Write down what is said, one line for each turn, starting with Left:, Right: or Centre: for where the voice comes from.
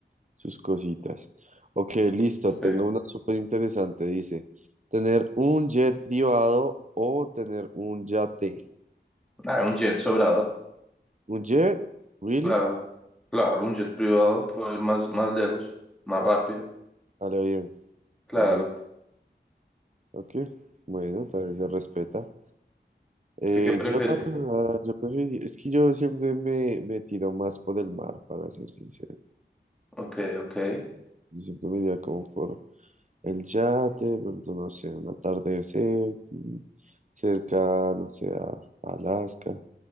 Right: sus cositas. Ok, listo. Tengo
Centre: sí.
Right: una súper interesante. Dice: ¿tener un jet privado o tener un yate?
Centre: Ah, un jet sobrado.
Right: ¿Un jet? ¿Really?
Centre: Claro, claro, un jet privado puede ir más, más lejos, más rápido.
Right: A lo bien.
Centre: Claro.
Right: Ok, ok. Bueno, también se respeta. Eh,
Centre: ¿Usted qué prefiere?
Right: yo, la verdad, yo preferí- es que yo siempre me, me tiro más por el mar, para ser sincero.
Centre: Ok, ok. <laughs>
Right: Yo siempre me iría como por el yate, de pronto, no sé, un atardecer mm, cerca, no sé, a, a Alaska,